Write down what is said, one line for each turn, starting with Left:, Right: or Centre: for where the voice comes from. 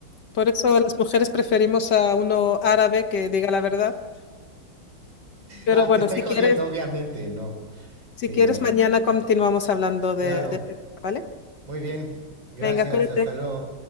Left: Por eso las mujeres preferimos a uno árabe que diga la verdad. Pero
Right: Ah,
Left: bueno,
Right: te estoy
Left: si
Right: jodiendo,
Left: quieres,
Right: obviamente, no.
Left: si
Right: Sí,
Left: quieres,
Right: no.
Left: mañana continuamos hablando
Right: Claro.
Left: de, de, este tema, ¿vale?
Right: Muy bien. Gracias.
Left: Venga, cuídate.
Right: Hasta luego.